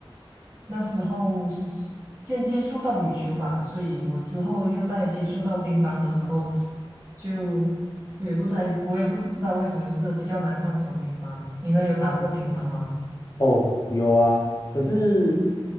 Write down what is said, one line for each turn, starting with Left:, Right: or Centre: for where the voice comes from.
Right: 那时候是先接触到羽球吧，所以我之后又在接触到乒乓的时候，就我也不在，我也不知道为什么，就是比较难上手乒乓。你呢，有打过乒乓吗？
Left: 哦，有啊，可是